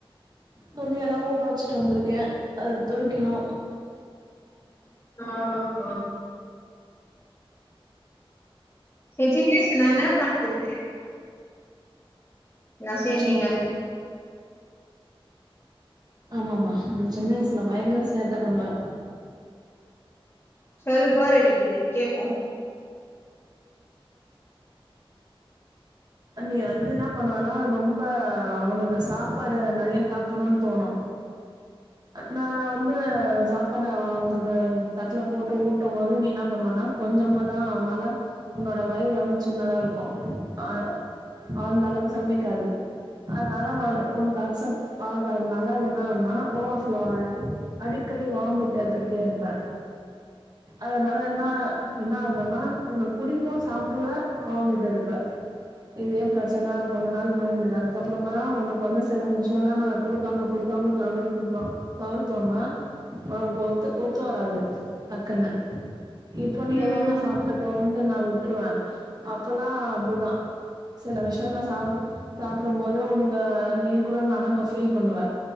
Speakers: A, on the right; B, on the left.
A: துணி எல்லா ஊற வச்சுட்டு வந்திருக்கே அது தொய்க்கனு
B: ஆ ஆ செ தினேஷ் நா நா பண்றது ராசியா அய்டிங்க
A: சின்- ஆமாமா இ சின்ன வயசுல பயங்கர சேட்ட பண்ணுவே
B: சொல்லு போர் அடிக்குது கேப்போ
A: நீ வந்து என்ன பண்ணுவானா ரொம்ப உனக்கு சாப்பாடு நெறைய சாப்புணுன்னு தோணு நா வந்து சாப்பாடு உனக்கு தட்ல போட்டு ஊட்டும் போது நீ என்ன பண்ணுவன்னா கொஞ்சமா தா உன்னால உன்னோட வயிறு வந்து சின்னதா இருக்கும் அ அந்தளவு செமிக்காது அதுனால உனக்கு அக்சப்ட் அகதனால அது என்னன்னா ஓவர்ஃப்ளோ ஆயி அடிக்கடி வாமிட் எடுத்துக்கிட்டே இருப்பே அதுனால என்ன என்ன ஆக்குன்னா உனக்கு புடிக்கும் சாப்புடுவே வாமிட் எடுப்ப இதே பிரச்சன கொஞ்ச நாள் போயிருந்தது அதுக்கப்புறமா உனக்கு வந்து செல விஷயம் எல்லா நாங்க குடுக்காம குடுக்காம தவிர்துக்கிட்டோம் தவிர்தோன்னா ஒனக் வந்து ஒத்து ஒத்து வராது டக்குனு இப்ப நீ
B: ம்
A: என்ன வேனா சாப்புடு போன்ட்டு நா விட்டுருவேன் அப்பலா அப்பிடிதா செல விஷயல்லா சாப்புடும் போது உனக்கு நீ கூட நனப்ப ஃபீல் பண்ணுவ